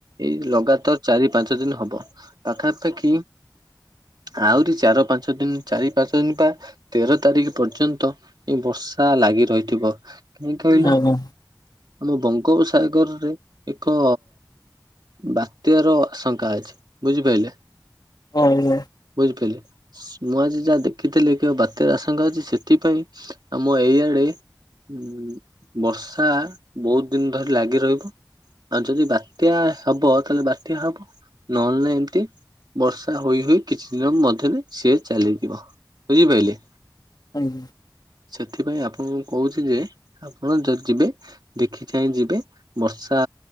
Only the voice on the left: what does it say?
<inaudible>
ଆଜ୍ଞା
ହଁ ଆଜ୍ଞା
ଆଜ୍ଞା